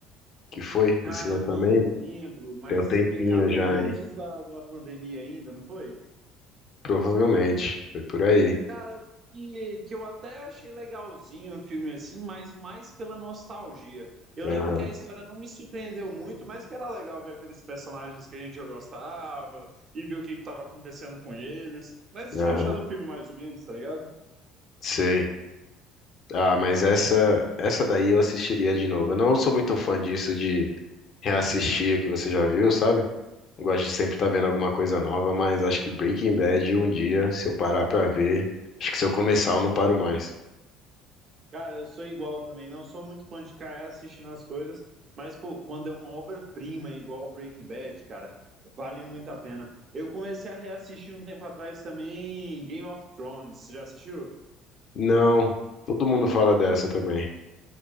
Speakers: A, on the left; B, on the right.
A: que foi
B: Cara,
A: esse lançamento?
B: eu não lembro, mas
A: Tem um tempinho
B: se brincar foi
A: já,
B: antes
A: hein?
B: da, da pandemia ainda, não foi?
A: Provavelmente, foi por aí.
B: Cara, eu lembro que, que eu até achei legalzinho o filme assim, mas mais pela nostalgia. Eu
A: Aham,
B: lembro que a história não me surpreendeu muito, mas que era legal ver aqueles personagens que a gente já gostava e ver o que estava acontecendo com eles. Mas eu
A: aham,
B: tinha achado um filme mais ou menos, tá ligado?
A: sei. Ah, mas essa, essa daí eu assistiria de novo. Eu não sou muito fã disso de reassistir o que você já viu, sabe? Eu Gosto de sempre estar vendo alguma coisa nova, mas acho que Breaking Bad um dia, se eu parar pra ver, acho que se eu começar eu não paro mais.
B: Cara, eu sou igual também. Não sou muito fã de ficar assistindo as coisas, mas, pô, quando é uma obra-prima igual Breaking Bad, cara, vale muito a pena. Eu comecei a reassistir um tempo atrás também Game of Thrones. Você já assistiu?
A: Não, todo mundo fala dessa também.